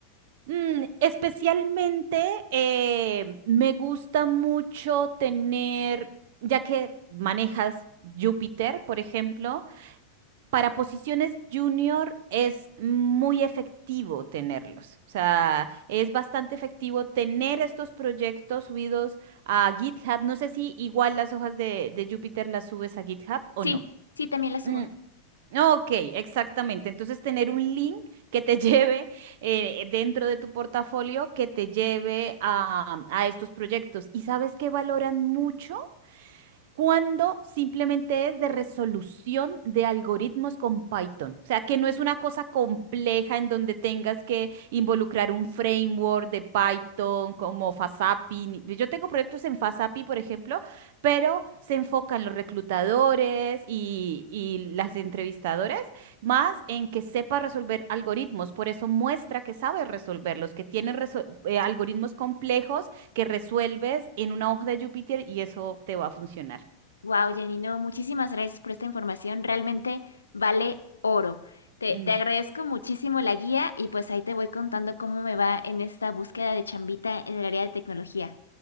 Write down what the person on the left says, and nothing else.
Sí,
sí, también la subo.
Wow, Jenny, no, muchísimas gracias por esta información. Realmente vale oro. Te,
te agradezco muchísimo la guía y pues ahí te voy contando cómo me va en esta búsqueda de chambita en el área de tecnología.